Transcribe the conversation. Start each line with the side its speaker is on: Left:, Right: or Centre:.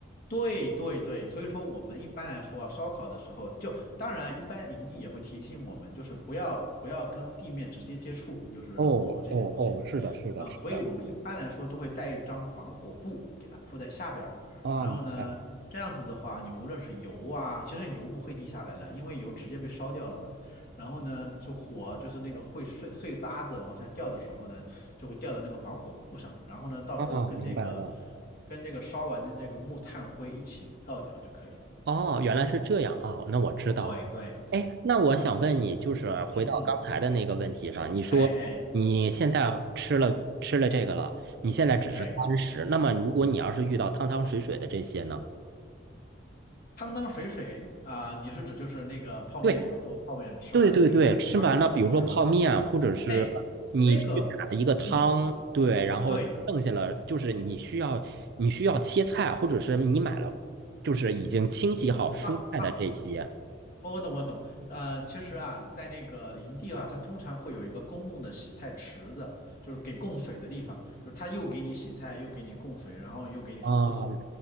Left: 对对对，所以说我们一般来说啊，烧烤的时候就，当然一般营地也会提醒我们，就是不要不要跟地面直接接触，就是火这些东西。
Right: 哦哦哦，是的，是的，
Left: 啊，
Right: 是的。
Left: 所以我们一般来说都会带一张防火布给它铺在下边儿，
Right: 啊，
Left: 然后呢，
Right: 明白了。
Left: 这样子的话，你无论是油啊，其实油不会滴下来了，因为油直接被烧掉了嘛。然后呢，就火就是那个会碎碎渣子往下掉的时候呢，就会掉到那个防火布上，然后呢，到时候跟那个
Right: 啊，明白了。
Left: 跟这个烧完的这个木炭灰一起倒掉就可以了。
Right: 哦，原来是这样啊，那我知道了。
Left: 对对，
Right: 哎，那我想问你，就是回到刚才的那个问题上，
Left: 嗯嗯，
Right: 你说你现在吃了吃了这个了，
Left: 哎哎，
Right: 你现在只是干食，
Left: 对，
Right: 那么如果你要是遇到汤汤水水的这些呢？
Left: 汤汤水水啊、你是指就是那个泡面，
Right: 对
Left: 比如说泡面吃完了那个汤不想喝是吧？
Right: 对对对，吃完了，比如说泡面，或者是你去打了一个汤，
Left: 哎，那个，嗯，
Right: 对，然后剩下了就是你需要你需要切菜，
Left: 对
Right: 或者是你买了就是已经清洗好蔬菜的这些
Left: 啊啊。哦，我懂，我懂。呃，其实啊，在那个营地啊，它通常会有一个公共的洗菜池子，就是给供水的地方，就是它又给你洗菜，又给你供水，然后又给你上厕所。
Right: 啊